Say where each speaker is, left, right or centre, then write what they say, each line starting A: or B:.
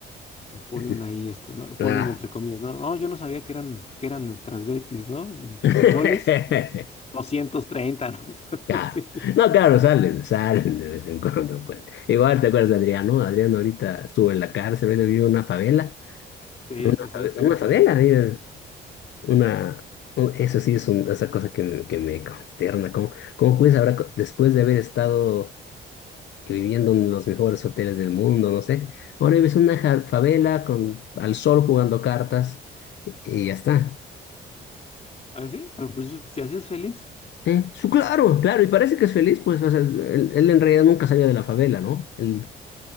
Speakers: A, on the left (about 35°); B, on the left (about 65°).
A: Y ponen
B: ujú.
A: ahí, este, ¿no? Ponen
B: Ah.
A: entre comillas, no, no, yo no sabía que eran, que eran transvestis, ¿no? Y,
B: <laughs>
A: y goles, 230, ¿no? <laughs>
B: Claro.
A: Sí,
B: No, claro, salen, salen de vez en cuando, pues. Igual te acuerdas de Adrián, ¿no? Adrián ahorita estuvo en la cárcel, hoy vive en una favela
A: sí,
B: Unas,
A: sí, sí,
B: ade-
A: sí me
B: unas
A: acuerdo.
B: adelas, digo, una, un- eso sí es un- esa cosa que me, que me consterna. ¿Cómo, cómo puedes ahora, co- después de haber estado viviendo en los mejores hoteles del mundo, no sé, ahora ves una ja- favela con, al sol jugando cartas y ya está?
A: A ver, sí, pero pues si así es feliz,
B: ¿Eh? Su, claro, claro, y parece que es feliz, pues, o sea, él, él en realidad nunca salió de la favela, ¿no? Él